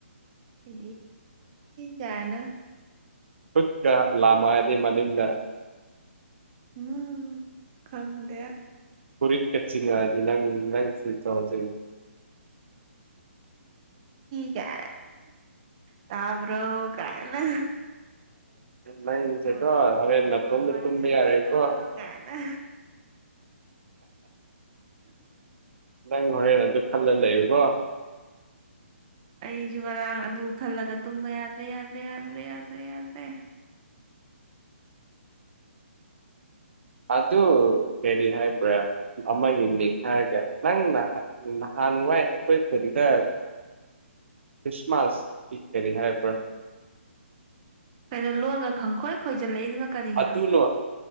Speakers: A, on the right; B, on the right.
A: ꯎ ꯀꯥꯟꯅ
B: ꯈꯨꯠꯀ ꯂꯥꯃꯒꯤ ꯃꯅꯤꯡꯗ
A: ꯎꯝ ꯈꯪꯗꯦ
B: ꯀꯔꯤ ꯀꯆꯤꯡꯉ ꯑꯗꯨꯗꯤ ꯅꯪ ꯐ ꯇꯖ
A: ꯍ ꯀ ꯇꯥꯕ꯭ꯔꯣ ꯀꯥꯏꯅ
B: ꯅꯁꯦ
A: ꯐꯣꯟ
B: ꯀꯣ ꯍꯅ
A: ꯐꯣꯟ
B: ꯇ
A: ꯋꯥꯔꯤ
B: ꯇꯨꯕ
A: ꯁꯥꯟꯅꯩꯔꯣ
B: ꯌꯥꯔꯦ ꯀꯣ
A: ꯀꯥꯏꯅ
B: ꯅꯪ ꯍꯣꯔꯦꯟ ꯑꯗꯨ ꯈꯜꯂ ꯂꯩꯕꯣ
A: ꯑꯩꯁꯨ ꯉꯔꯥꯡ ꯑꯗꯨ ꯈꯜꯂꯒ ꯇꯨꯝꯕ ꯌꯥꯗ꯭ꯔꯦ ꯌꯥꯗ꯭ꯔꯦ ꯌꯥꯗ꯭ꯔꯦ ꯌꯥꯗ꯭ꯔꯦ ꯌꯥꯗ꯭ꯔꯦ
B: ꯑꯇꯨ ꯀꯦꯔꯤ ꯍꯥꯏꯕ꯭ꯔ ꯑꯃꯒꯤ ꯃꯤꯡ ꯍꯥꯏꯔꯒꯦ ꯅꯪ ꯅꯍꯥꯟꯋꯥꯏ ꯑꯩꯈꯣꯏ ꯈꯨꯗꯤꯗ ꯈ꯭ꯔꯤꯁꯃꯥꯁꯀꯤ ꯑꯦꯔꯤ ꯍꯥꯏꯄꯔꯥ
A: ꯀꯩꯅꯣ ꯂꯣꯟꯅ ꯈꯪꯈꯣꯏ ꯈꯣꯏꯖꯤꯜꯂꯛꯏꯗꯨꯅ ꯀꯔꯤꯒꯤꯅꯣ
B: ꯑꯗꯨꯅꯣ